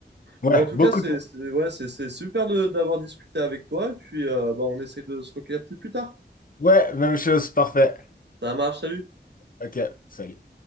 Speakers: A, on the left (about 50°); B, on the right (about 75°).
A: Ouais,
B: Bah, en tout
A: beaucoup
B: cas, c'est
A: de mots.
B: c'est- ouais, c'est c'est super de- d'avoir discuté avec toi et puis euh, bah, on essaie de se recapter plus tard.
A: Ouais, même chose, parfait.
B: Ça marche, salut!
A: OK, salut.